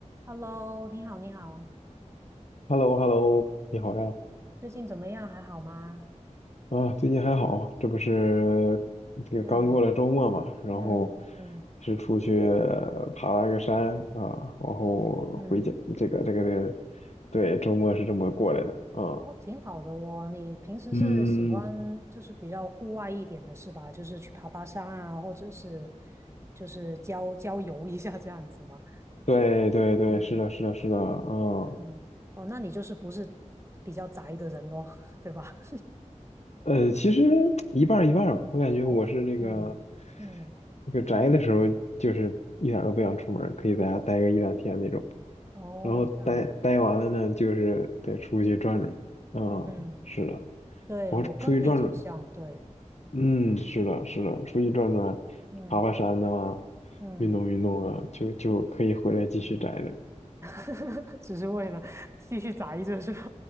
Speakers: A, on the right (about 20°); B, on the left (about 60°).
A: Hello，你好，你好，
B: h e l l o h e l l o 你好呀！
A: 最近怎么样？还好吗？
B: 啊，最近还好，这不是这个刚过了周末嘛，
A: 嗯，
B: 然后
A: 嗯嗯
B: 是出去爬了个山啊，然后回家，
A: 嗯嗯，
B: 这个这个这个，对，周末是这么过来的啊。
A: 哦，挺好的哦。你平时是喜欢就是比较户外一点的是吧？
B: 嗯，嗯
A: 就是去爬爬山啊，或者是就是郊郊游一下这样子吗？
B: 对对对，
A: 嗯
B: 是的，是的，是的，啊，
A: 嗯，哦，那你就是不是比较宅的人咯，<laughs> 对吧？
B: 呃，其实一半儿一半儿吧。
A: <laughs>
B: 我感觉我是那个
A: 哦，嗯嗯，
B: 那个宅的时候，就是一点儿都不想出门儿，可以在家待个一两天那种。
A: 哦，
B: 然后待待完了呢，
A: 这样子，
B: 就是得出去转转。啊，
A: 嗯，
B: 是的，
A: 对，
B: 我出去转转。
A: 我跟你挺像，对，
B: 嗯，是的，是的，出去转转，
A: 嗯
B: 爬爬山呐、
A: 嗯。
B: 运动运动啊，就就可以回来继续宅着。
A: <laughs> 只是为了继续宅一阵是吧？